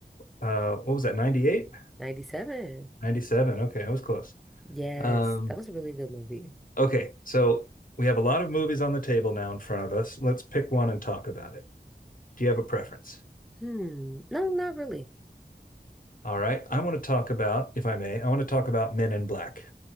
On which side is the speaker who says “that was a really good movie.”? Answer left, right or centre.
Centre